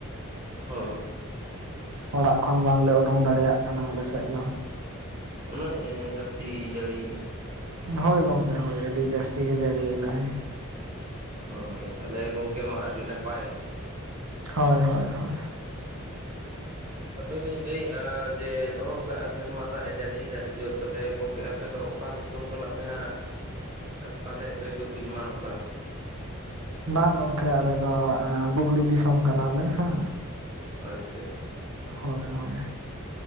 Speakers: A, on the right; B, on the right.
A: ᱦᱳᱭ
B: ᱚᱲᱟᱜ ᱠᱷᱚᱱ ᱵᱟᱝᱞᱮ ᱩᱰᱩᱝ ᱫᱟᱲᱮᱭᱟᱜ ᱠᱟᱱᱟ ᱟᱞᱮᱥᱮᱫ ᱫᱚ
A: ᱩᱱᱟᱹᱜ ᱮ ᱡᱟᱹᱥᱛᱤᱭ ᱡᱟᱹᱲᱤᱭ ᱮᱜ-ᱟ
B: ᱦᱳᱭ ᱜᱚᱝᱠᱮ ᱦᱳᱭ ᱟᱹᱰᱤ ᱡᱟᱹᱥᱛᱤ ᱜᱮᱭ ᱡᱟᱹᱲᱤᱭ ᱮᱫᱟᱭ
A: ᱦᱳᱭ ᱛᱟᱦᱚᱞᱮ ᱜᱚᱝᱠᱮ ᱢᱟ ᱟᱹᱰᱤ ᱱᱟᱯᱟᱭ
B: ᱦᱳᱭ ᱦᱳᱭ ᱦᱳᱭ
A: ᱟᱫᱚᱞᱤᱧ ᱞᱟᱹᱭᱮᱫ-ᱟ ᱡᱮ ᱱᱚᱜᱠᱟ ᱥᱮᱨᱢᱟ ᱫᱟᱜ ᱮ ᱡᱟᱹᱲᱤᱭᱮᱫᱟ ᱟᱹᱰᱤ ᱡᱳᱨ ᱛᱟᱦᱚᱞᱮ ᱜᱚᱝᱠᱮ ᱟᱯᱮᱫᱚ ᱚᱠᱟ ᱫᱤᱥᱚᱢ ᱫᱤᱥᱚᱢ ᱠᱟᱱᱟᱯᱮ ᱦᱟᱜ ᱯᱟᱞᱮᱭ ᱯᱮ ᱰᱩᱵᱩᱡ ᱮᱢᱟᱱᱚᱜ ᱠᱟᱱ
B: ᱵᱟᱝ ᱜᱚᱝᱠᱮ ᱟᱞᱮ ᱫᱚ ᱵᱩᱜᱽᱲᱤ ᱫᱤᱥᱚᱢ ᱠᱟᱱᱟᱞᱮ ᱦᱮ
A: ᱟᱪᱪᱟ ᱟᱡ
B: ᱦᱳᱭ ᱦᱳᱭ